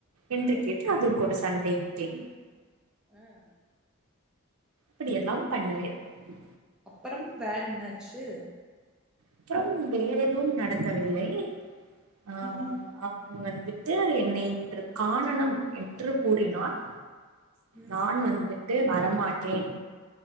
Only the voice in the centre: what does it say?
ஆ,
ஆ.
அப்பறம் வேற என்னாச்சு
ம்,
ம்,